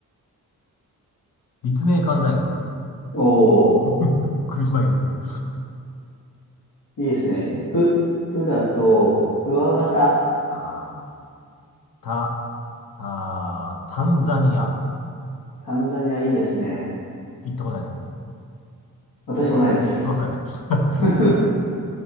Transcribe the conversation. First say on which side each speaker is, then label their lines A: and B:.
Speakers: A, on the left; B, on the left.
A: 立命館大学。
B: おー。
A: <laughs> 苦し紛れですけど。
B: いいですね。く、くだと、クワガタ。
A: あー、た、あー、タンザニア。
B: タンザニアいいですね。
A: 行ったことないですけど。
B: 私もないです。
A: そらそす。そらそうやな。
B: <laughs>